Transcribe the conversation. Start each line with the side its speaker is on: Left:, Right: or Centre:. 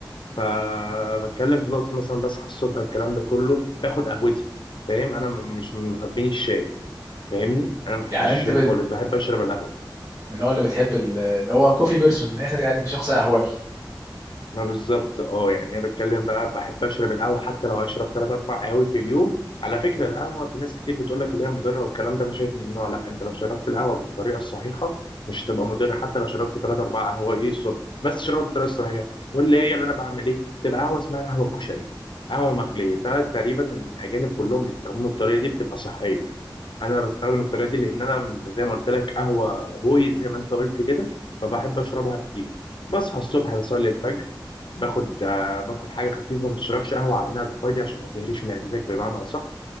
Left: فبتكلم في نقطه مثلا بصحى الصبح الكلام ده كله باخد قهوتي فاهم انا مش من محبين الشاي فاهمني انا ما بحبش
Right: يعني
Left: الشاي
Right: انت ب-
Left: خالص بحب اشرب القهوه
Right: من النوع اللي بتحب ال- اللي هو كوفي بيرسون من الاخر يعني شخص قهوجي
Left: ما بالظبط اه يعني انا بتكلم بقى بحب اشرب القهوه حتى لو هشرب 3 4 قهاوي في اليوم على فكره القهوه في ناس كتير بتقول لك اللي هي مضره والكلام ده انا شايف ممنوع لا انت لو شربت القهوه بالطريقه الصحيحه مش هتبقى مضر حتى لو شربت 3 4 قهوه ايه الصبح بس شربها بالطريقه الصحيحه واللي هي اللي انا بعمل ايه تبقى قهوه اسمها قهوه كشري قهوه مغليه ده تقريبا الاجانب كلهم بيستخدموا الطريقه دي بتبقى صحيه انا بستخدم الطريقه دي لان انا م- زي ما قلت لك قهوه بوي زي ما انت قلت كده فبحب اشربها كتير بصحى الصبح بصلي الفجر باخد آه، باكل حاجه خفيفه ما تشربش قهوه على معده فاضيه عشان ما تهريش معدتك بمعنى اصح